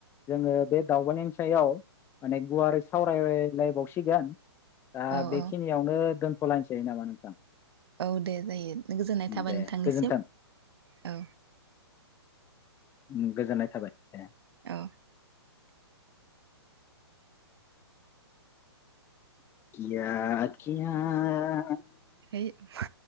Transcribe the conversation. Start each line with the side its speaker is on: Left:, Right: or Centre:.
Left: जोङो बे दावबायनायनि सायाव माने गुवारै सावरायलायबावसिगोन दा
Right: औ
Left: बेखिनियावनो
Right: औ
Left: दोन दोनथ'लायनोसै नामा नोंथां?
Right: औ दे जायो गोजोननाय थाबाय
Left: दे
Right: नोंथांनिसिम।
Left: गोजोन्थों
Right: औ।
Left: उम गोजोननाय थाबाय। दे
Right: औ
Left: <inaudible> <unintelligible>
Right: होय मा